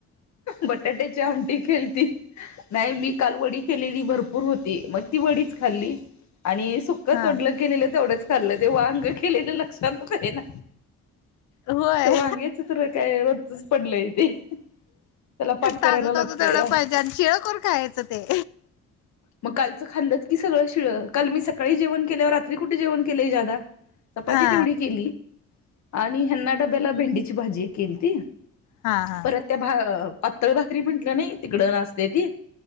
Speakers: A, on the left; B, on the left.
A: बटाट्याची आमटी केलती. नाही मी काल वडी केलेली भरपूर होती मग ती वडीच खाल्ली. आणि सुक
B: हा
A: तोंडल केलेलं तेवढंच खाल्लं ते वांग केलेलं लक्षातच ये ना
B: होय
A: ते वांगेच तर काय रोजचच पडलय ते त्याला पाठ करायला
B: ताज
A: लागतं
B: ताज तेवढंच
A: या
B: पाहिजे आन शिळं कोण खायचं ते?
A: मग कालच खाल्लच की सगळ शिळं, काल मी सकाळी जेवण केल्यावर रात्रीं कुठे जेवणं केलंय ज्यादा चपाती
B: हा
A: तेवढी केली आणि ह्यांना डब्याला भेंडीची भाजी केलती.
B: हा हा
A: परत त्या भा पातळ भाकरी म्हटलं नाही तिकडं असत्या ते